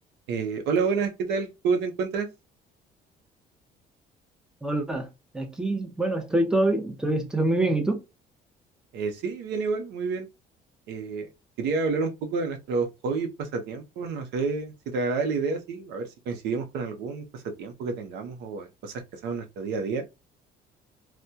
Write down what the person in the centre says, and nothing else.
Hola, aquí, bueno, estoy todo bien, estoy, estoy muy bien, ¿y tú?